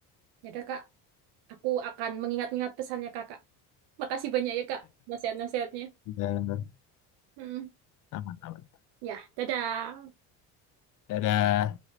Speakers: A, on the right; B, on the left.
A: Ya udah Kak. Aku akan mengingat-ingat pesannya kakak. Makasih banyak ya kak nasihat-nasihatnya.
B: Dan
A: Mm.
B: aman, aman.
A: Ya, dadah.
B: Dadah.